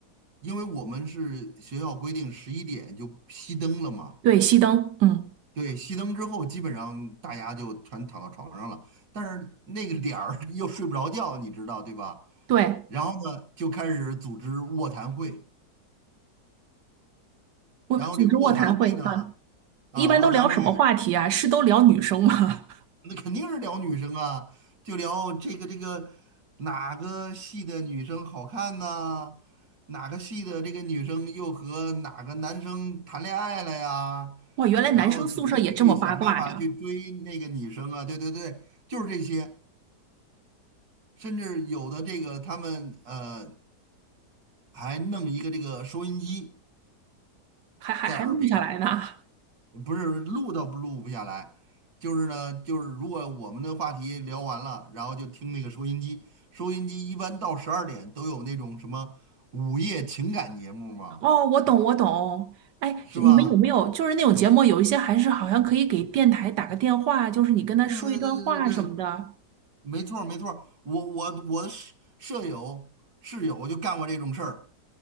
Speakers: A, on the right; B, on the right.
A: 因为我们是学校规定十一点就熄灯了嘛，
B: 对，熄灯，嗯，
A: 对，熄灯之后基本上大家就全躺到床上了，但是那个点儿 <laughs> 又睡不着觉，你知道对吧？
B: 对，
A: 然后呢，就开始组织卧谈会，
B: 我组织卧谈会啊，
A: 然后这个卧谈会呢，啊，
B: 一般都聊什么话题啊？
A: 卧谈会
B: 是都聊女生吗？
A: 那肯定是聊女生啊，就聊这个这个哪个系的女生好看呐、哪个系的这个女生又和哪个男生谈恋爱了呀？
B: <laughs> 哇，原来男生宿舍也这么八卦呀，
A: 然后怎么去想办法去追那个女生啊？对对对，就是这些。甚至有的这个他们呃还弄一个这个收音机
B: 还还还录下来呢。
A: 在耳边，不是录都不录不下来，就是呢，就是如果我们的话题聊完了，然后就听那个收音机。收音机一般到十二点都有那种什么午夜情感节目嘛，
B: 哦，我懂，我懂。哎，
A: 是吧？
B: 你们有没有就是那种节目，有一些还是好像可以给电台打个电话，就是你跟他说一段话什么的，
A: 对对对对对对，没错儿没错儿。我我我的舍舍友室友就干过这种事儿。